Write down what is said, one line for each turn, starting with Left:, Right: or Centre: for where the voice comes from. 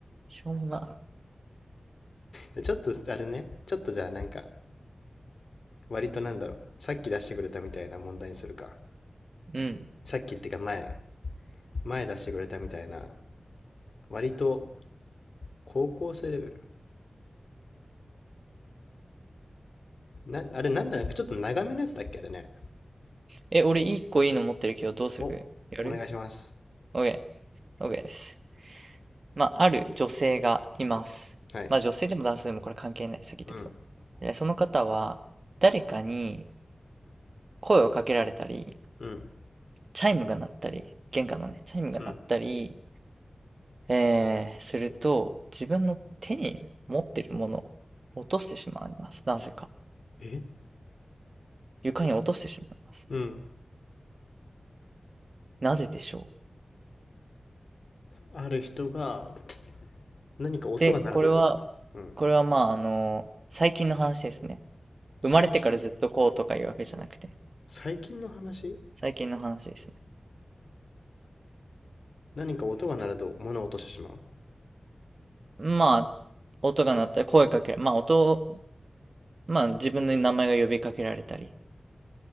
Right: しょうもな。
Left: で、ちょっと、あれね、ちょっとじゃあなんか、割となんだろう。さっき出してくれたみたいな問題にするか。
Right: うん。
Left: さっきってか前、前出してくれたみたいな、割と高校生レベル。な、あれなんだなかちょっと長めのやつだっけあれね。
Right: え、俺一個いいの持ってるけど、どうするやる
Left: お、お願いします。
Right: ?OK。OK です。まあ、ある女性がいます。
Left: はい。
Right: まあ、女性でも男性でもこれ関係ない。先言っとくと。
Left: うん。
Right: でその方は、誰かに声をかけられたり、
Left: うん。
Right: チャイムが鳴ったり、玄関のね、チャイムが鳴ったり、
Left: うん。
Right: えー、すると、自分の手に持ってるものを落としてしまいます。なぜか。
Left: え
Right: 床に落としてしまいます。
Left: うん
Right: なぜでしょう。
Left: ある人が何か音が鳴るとってことうん
Right: で、これは、これはまあ、あの最近の話ですね。
Left: 最近
Right: 生まれてからずっとこうとかいうわけじゃなくて、
Left: 最近の話
Right: 最近の話ですね。
Left: 何か音が鳴ると物を落としてしま
Right: まあ、音が鳴ったり、声かけら、まあ、音を、まあ、自分の名前が呼びかけられたり。